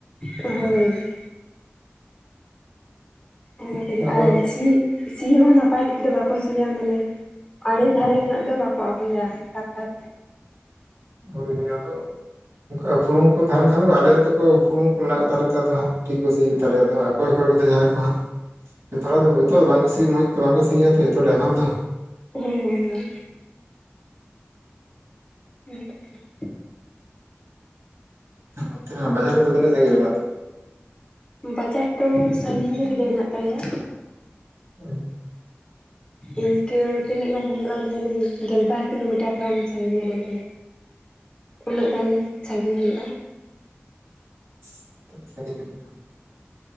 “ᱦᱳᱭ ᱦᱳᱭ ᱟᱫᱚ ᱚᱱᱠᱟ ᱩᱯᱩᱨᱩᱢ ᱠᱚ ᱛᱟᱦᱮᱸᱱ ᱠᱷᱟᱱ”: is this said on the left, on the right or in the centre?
Right